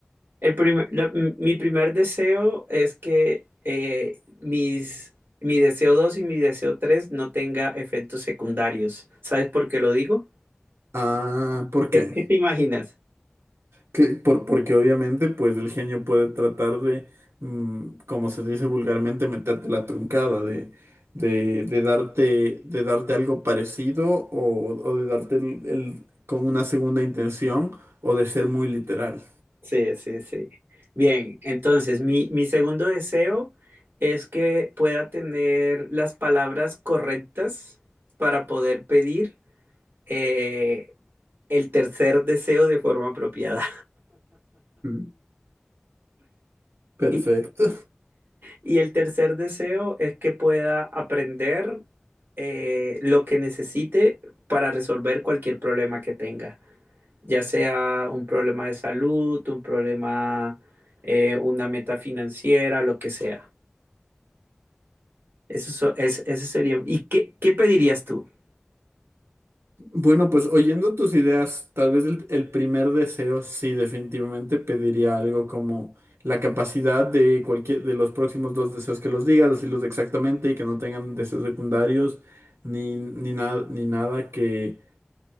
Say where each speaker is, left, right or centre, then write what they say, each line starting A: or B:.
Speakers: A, on the right (about 50°); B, on the right (about 70°).
A: El primer- la- mi primer deseo es que eh, mis, mi deseo 2 y mi deseo 3 no tenga efectos secundarios. ¿Sabes por qué lo digo?
B: Ah, ¿por
A: ¿Qué,
B: qué?
A: qué te imaginas?
B: Que, por, porque obviamente, pues el genio puede tratar de, mm, como se dice vulgarmente, meterte la truncada, de, de, de darte, de darte algo parecido o, o de darte el, el- con una segunda intención o de ser muy literal.
A: Sí, sí, sí. Bien, entonces mi, mi segundo deseo es que pueda tener las palabras correctas para poder pedir eh, el tercer deseo de forma apropiada.
B: Mm. Perfecto.
A: <laughs> Y el tercer deseo es que pueda aprender eh, lo que necesite para resolver cualquier problema que tenga, ya sea un problema de salud, un problema, eh, una meta financiera, lo que sea. Eso, so- es, ese sería. ¿Y qué, qué pedirías tú? <laughs>
B: Bueno, pues oyendo tus ideas, tal vez el, el primer deseo, sí, definitivamente pediría algo como la capacidad de cualquier de los próximos dos deseos que los diga, decirlos exactamente y que no tengan deseos secundarios ni, ni nada, ni nada que,